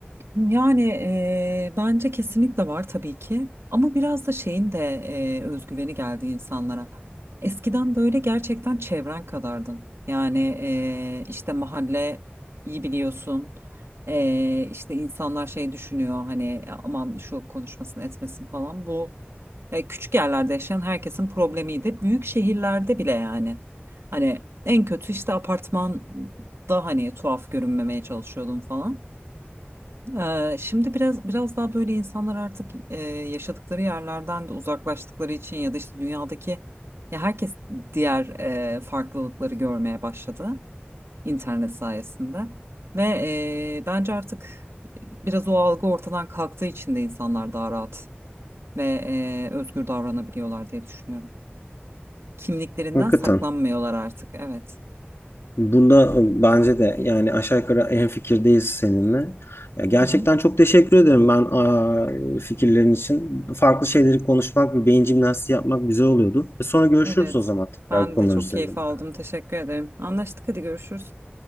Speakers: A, on the right (about 85°); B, on the left (about 80°).
A: Yani eee, bence kesinlikle var tabii ki ama biraz da şeyin de eee, özgüveni geldi insanlara. Eskiden böyle gerçekten çevren kadardın. Yani eee, işte mahalle iyi biliyorsun. Eee işte insanlar şey düşünüyor hani "E, aman şu konuşmasın etmesin falan. Bu e, küçük yerlerde yaşayan herkesin problemiydi. Büyük şehirlerde bile yani. Hani en kötü işte apartmanda hani tuhaf görünmemeye çalışıyordum falan. Ee, şimdi biraz biraz daha böyle insanlar artık e, yaşadıkları yerlerden de uzaklaştıkları için ya da işte dünyadaki ya herkes diğer e, farklılıkları görmeye başladı internet sayesinde ve e, bence artık biraz o algı ortadan kalktığı için de insanlar daha rahat ve e, özgür davranabiliyorlar diye düşünüyorum. Kimliklerinden
B: Hakikaten.
A: saklanmıyorlar artık. Evet.
B: Bunda ıı, bence de yani aşağı yukarı en fikirdeyiz seninle. Ya Gerçekten
A: Hı hı.
B: çok teşekkür ederim ben aa, fikirlerin için. Farklı şeyleri konuşmak, bir beyin jimnastiği yapmak güzel oluyordu. Sonra görüşürüz
A: Evet.
B: o zaman tekrar
A: Ben
B: bu konular
A: de çok
B: üzerinde.
A: keyif aldım. Teşekkür ederim. Anlaştık. Hadi görüşürüz.